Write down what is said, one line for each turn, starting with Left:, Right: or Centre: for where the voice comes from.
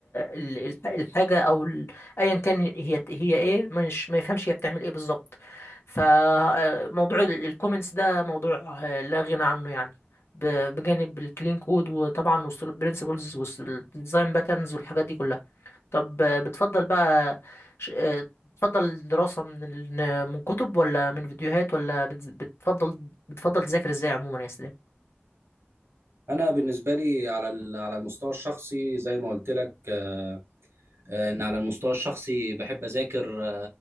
Left: ال ال- الحاجه او ال- ايا كان هي هي ايه مش ما يفهمش هي بتعمل ايه بالظبط فموضوع الكومنتس ده موضوع آه، لا غنى عنه يعني ب- بجانب الكلين كود وطبعا وسط البرنسبلز وسط الديزاين باترنز والحاجات دي كلها طب آه، بتفضل بقى ش- آه، بتفضل الدراسة من ال- من كتب ولا من فيديوهات ولا بتز- بتفضل بتفضل تذاكر ازاي عموما يا اسلام
Right: انا بالنسبه لي على ال- على المستوى الشخصي زي ما قلت لك آه، آه، ان على المستوى الشخصي بحب اذاكر آه،